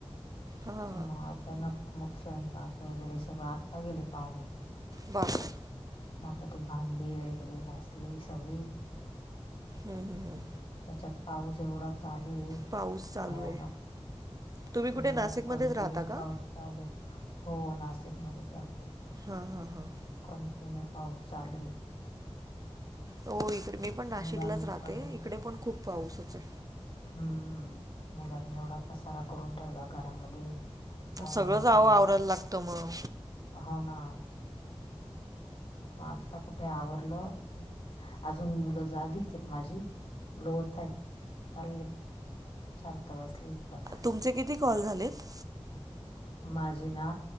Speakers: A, on the right (about 35°); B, on the left (about 60°).
A: हा
B: मग अचानक, मग स्वयंपाक वगैरे सगळं, आत्ता गेले पाहुणे.
A: बापरे!
B: म आता ती भांडी वगैरे घासली सगळी.
A: हम्म हम्म हम्म.
B: त्याच्यात पाऊस एवढा चालू ए
A: पाऊस चालू
B: भयानक,
A: आहे तुम्ही
B: हम्म
A: कुठे नाशिकमध्येच
B: कंटिन्यू
A: राहता का
B: पाऊस चालूय, हो नाशिक मध्येच राहते.
A: हा हा हा.
B: कंटिन्यू पाऊस चालूय.
A: हो इकडे मी पण नाशिकलाच
B: मुलांनी
A: राहते,
B: पण
A: इकडे पण खूप पाऊसच ए.
B: हम्म, मुलांनी एवढा पसारा करून ठेवला घरामध्ये, पाहुण्यांच
A: सगळंच आवं
B: वेगळं
A: आवरायला लागतं मग.
B: हो ना. म आत्ता कुठे आवरलं, अजून मुलं जागीचेत माझी. लोळतायत, चालले शांत बसली. पण
A: तुमचे किती कॉल झालेत?
B: माझे ना,